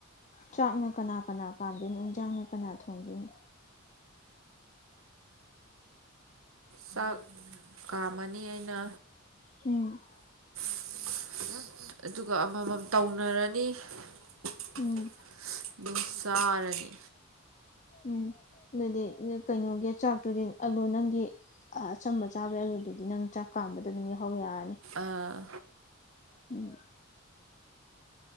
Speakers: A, on the left; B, on the right.
A: ꯆꯥꯛꯅ ꯀꯅꯥ ꯀꯅꯥ ꯀꯥꯝ ꯏꯟꯖꯥꯡꯅ ꯀꯅꯥ ꯊꯣꯡꯗꯣꯏꯅꯣ
B: ꯆꯥꯛ ꯀꯥꯝꯃꯅꯤ ꯑꯩꯅ
A: ꯎꯝ
B: <unintelligible> ꯑꯗꯨꯒ ꯑꯃꯃꯝ ꯇꯧ ꯃꯔꯅꯤ <unintelligible>
A: ꯎꯝ
B: ꯁꯥꯥꯔꯅꯤ
A: ꯎꯝ ꯑꯗꯨꯗꯤ ꯅ ꯀꯩꯅꯣꯒꯤ ꯆꯥꯛꯇꯨꯗꯤ ꯑꯂꯨ ꯅꯪꯒꯤ ꯑꯆꯝꯕ ꯆꯥꯕꯩ ꯑꯂꯨꯗꯨꯗꯤ ꯅꯪ ꯆꯥꯛ ꯀꯥꯝꯕꯗ ꯑꯗꯨꯝ ꯌꯥꯎꯍꯧ ꯌꯥꯔꯅꯤ
B: ꯑꯥ
A: ꯎꯝ